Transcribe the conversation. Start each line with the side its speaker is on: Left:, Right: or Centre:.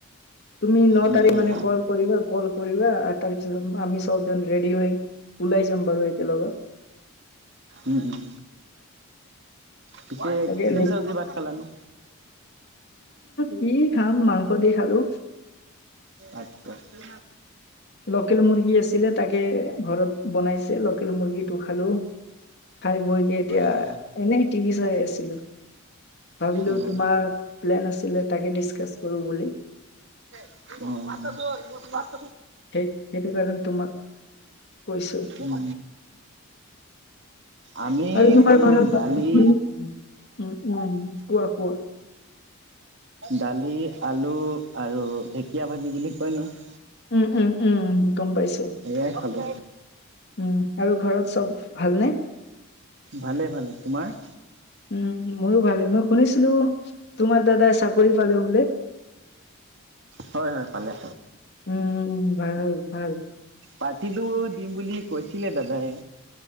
Left: তুমি ন
Right: উম
Left: তাৰিখ
Right: উম
Left: মানে কল কৰিবা কল কৰিবা আৰ তাৰপিছত আমি সব জন ৰেড্ডী হৈ ওলাই যাম বাৰু একে লগত।
Right: উম উম। পিছে
Left: তাকে এ
Right: কি চব্জি ভাত খালানো?
Left: কি খাম মাংস দি খালো।
Right: আঠটা।
Left: লকেল মুৰ্গী আছিলে তাকে ঘৰত বনাইছে লকেল মুৰ্গীটো খালো খাই বৈকে এতিয়া
Right: অ',
Left: এনেই টিভি চাই আছিলো ভাবিলো
Right: অ', অ'। উম,
Left: তোমাৰ প্লেন আছিলে তাকে ডিচকাছ কৰোঁ বুলি।
Right: অ অ।
Left: সেই সেইটো কাৰণে তোমাক কৈছো
Right: উম। আমি
Left: আৰু তোমাৰ
Right: খালো
Left: ঘৰত
Right: দালি
Left: উম উম উম কোৱা কোৱা।
Right: দালি আলু আৰু ঢেকীয়া ভাজি বুলি কয় নহয়।
Left: উম উম উম গম পাইছো
Right: এয়াই খালো।
Left: উম, আৰু ঘৰত চব ভালনে?
Right: ভালে ভালে তোমাৰ?
Left: উম মোৰো ভালে মই শুনিছিলো তোমাৰ দাদাই চাকৰি পালে বোলে।
Right: হয় হয় পালে।
Left: উম, ভাল ভাল।
Right: পাৰ্টিটো দিম বুলি কৈছিলে দাদাই।